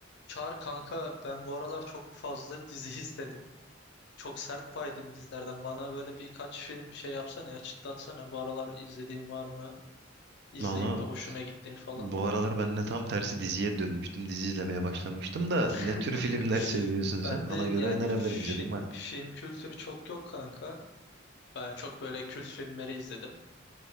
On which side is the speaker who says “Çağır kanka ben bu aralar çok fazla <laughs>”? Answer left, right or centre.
Left